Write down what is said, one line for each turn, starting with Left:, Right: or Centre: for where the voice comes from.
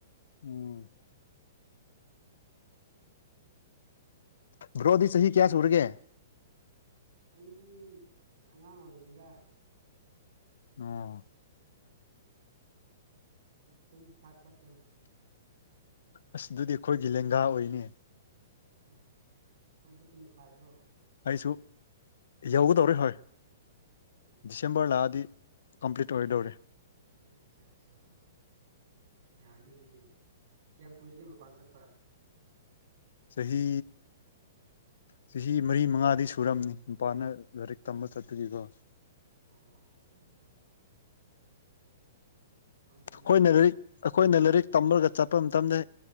Left: ꯎꯝ ꯕ꯭ꯔꯣꯗꯤ ꯆꯍꯤꯍꯤ ꯀꯌꯥ ꯁꯨꯔꯒꯦ
Right: ꯑꯩꯗꯤ ꯑꯁ ꯑꯉꯥꯡ ꯑꯣꯏꯔꯤꯗ
Left: ꯑꯣ
Right: ꯇ꯭ꯋꯦꯟꯇꯤ ꯐꯥꯏꯚ ꯈꯛꯇꯅꯤ
Left: ꯑꯁꯤ ꯑꯗꯨꯗꯤ ꯑꯩꯈꯣꯏꯒꯤ ꯂꯦꯡꯒꯥ ꯑꯣꯏꯅꯤ
Right: ꯎꯝ ꯐꯣꯕꯨ ꯇ꯭ꯋꯦꯟꯇꯤ ꯐꯥꯏꯕ꯭ꯔꯣ
Left: ꯑꯩꯁꯨ ꯌꯧꯒꯗꯧꯔꯦ ꯍꯣꯏ
Right: ꯑꯠꯆꯥ
Left: ꯗꯤꯁꯦꯝꯕꯔ ꯂꯥꯛꯑꯗꯤ ꯀꯝꯄ꯭ꯂꯂꯤꯠ ꯑꯣꯏꯔ ꯗꯧꯔꯦ
Right: ꯑꯆꯥ ꯑꯠꯆꯥ ꯌꯥꯏꯅꯤ ꯑꯗꯨꯗꯤ ꯀꯌꯥꯝ ꯀꯨꯏꯔꯒꯦ ꯃꯄꯥꯟ ꯆꯠꯄ
Left: ꯆꯍꯤ ꯆꯍꯤ ꯃꯔꯤ ꯃꯉꯥꯗꯤ ꯁꯨꯔꯝꯅꯤ ꯅꯨꯄꯥꯅ ꯂꯥꯏꯔꯤꯛ ꯇꯝꯕ ꯆꯠꯄꯒꯤꯀꯣ
Right: ꯑꯣ ꯑꯣ ꯑꯗꯨ
Left: ꯑꯩꯈꯣꯏꯅꯗꯤ
Right: ꯑꯗꯨ
Left: ꯑꯩꯈꯣꯏꯅ ꯂꯥꯏꯔꯤꯛ ꯇꯝꯃꯒ ꯆꯠꯄ ꯃꯇꯝꯗ